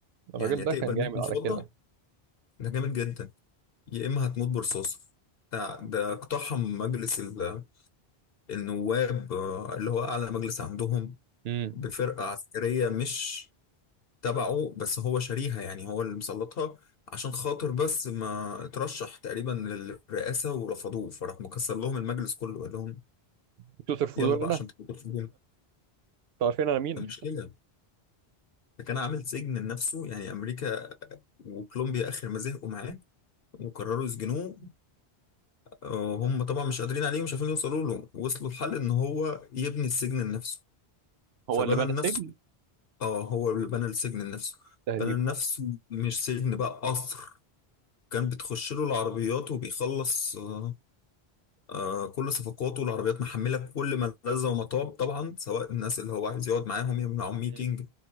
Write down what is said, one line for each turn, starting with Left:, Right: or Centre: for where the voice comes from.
Right: الراجل
Left: يعني يا
Right: ده
Left: تقبل
Right: كان جامد
Left: مني الفضة
Right: على كده
Left: ده جامد جدا يا إما هتموت برصاص ده ده اقتحم مجلس ال- النواب آه، اللي هو أعلى مجلس عندهم
Right: امم
Left: بفرقة عسكرية مش تبعه بس هو شاريها يعني هو اللي مسلطها عشان خاطر بس ما اترشح تقريبا للرئاسة ورفضوه فراح مكسر لهم المجلس كله قال لهم
Right: انتوا ترفضون
Left: يلا بقى
Right: انا
Left: عشان تبقى في الجون
Right: انتوا عارفين انا مين
Left: ده مش كده ده كان عامل سجن لنفسه يعني امريكا وكولومبيا اخر ما زهقوا معاه وقرروا يسجنوه آه، هم طبعا مش قادرين عليه ومش عارفين يوصلوا له وصلوا لحل ان هو يبني السجن لنفسه
Right: هو
Left: فبنى
Right: اللي بنى
Left: لنفسه
Right: السجن
Left: اه هو اللي بنى السجن لنفسه
Right: تقريبا
Left: بنى لنفسه مش سجن بقى قصر كان بتخش له العربيات وبيخلص آه، آه، كل صفقاته العربيات محمله كل ما لذ وما طاب طبعا سواء الناس اللي هو عايز يقعد معاهم يمنعهم
Right: مم.
Left: ميتنج